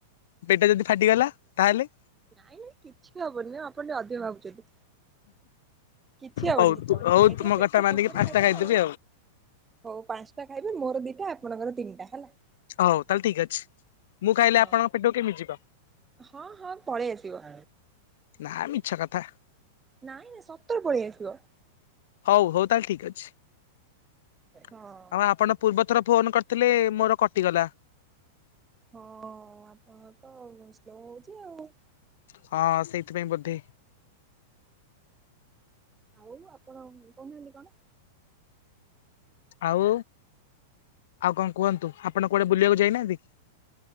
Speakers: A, on the left; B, on the right.
A: ପେଟ ଯଦି ଫାଟିଗଲା ତାହେଲେ?
B: ନାଇଁ ନାଇଁ କିଛି ବି ହବନି ଆଉ ଆପଣ ଟିକେ ଅଧିକ ଭାବୁଛନ୍ତି? କିଛି ହବନି
A: ହଉ
B: କିଛି
A: ତୁ
B: ହବନି
A: ହଉ
B: ଖାଇଦେବେ
A: ତୁମ
B: ପେଟ
A: କଥା ମାନିକି
B: ଫୁଲ କରି
A: ପାଞ୍ଚଟା
B: ଖାଇଦେ
A: ଖାଇଦେବି
B: ଆଉ। ହଉ ପାଞ୍ଚଟା ଖାଇବେ ମୋର ଦିଟା ଆପଣଙ୍କର ତିନିଟା ହେଲା।
A: ହଉ ତାହେଲେ ଠିକ ଅଛି ମୁଁ ଖାଇଲେ
B: ହଁ
A: ଆପଣଙ୍କ ପେଟକୁ କେମିତି ଯିବ?
B: ହଁ ହଁ ପଳେଇ ଆସିବ।
A: ନା ମିଛ କଥା।
B: ନାଇଁ ନାଇଁ ସତରେ ପଳେଇ ଆସିବ।
A: ହଉ ହଉ ତାହେଲେ ଠିକ ଅଛି
B: ହଁ
A: ଆଉ ଆପଣ ପୂର୍ବ ଥର ଫୋନ୍ କରିଥିଲେ ମୋର କଟିଗଲା।
B: ହଁ ଆପଣଙ୍କର ତ ସ୍ଲୋ ହଉଛି ଆଉ।
A: ହଁ ସେଇଥିପାଇଁ ବୋଧେ।
B: ଆଉ ଆପଣ କହୁହାନ୍ତି କଣ?
A: ଆଉ ଆଉ କଣ କୁହନ୍ତୁ ଆପଣ କୁଆଡେ ବୁଲିବାକୁ ଯାଇନାହାନ୍ତି କି?